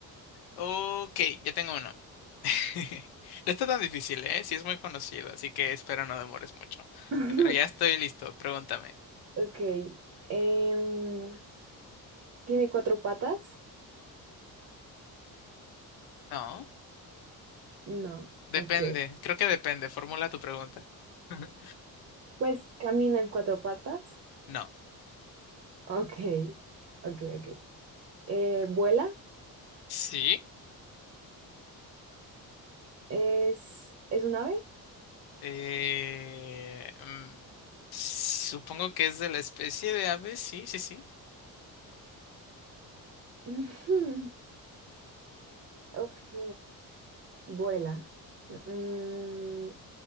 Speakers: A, on the left; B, on the right.
A: ok, ya tengo uno. <laughs> No está tan difícil, ¿eh? Sí es muy conocido, así que espero no demores mucho.
B: <laughs>
A: Eh, Pero ya estoy listo, pregúntame.
B: Ok, em, ¿tiene cuatro patas?
A: No,
B: No,
A: depende,
B: ok.
A: creo que depende, formula tu pregunta. <laughs>
B: Pues camina en cuatro patas.
A: No.
B: Ok, ok, ok. Eh, ¿vuela?
A: ¿Sí?
B: ¿Es, es un ave?
A: Eh, mm, supongo que es de la especie de ave, sí, sí, sí.
B: <laughs> Ok, vuela. Mm,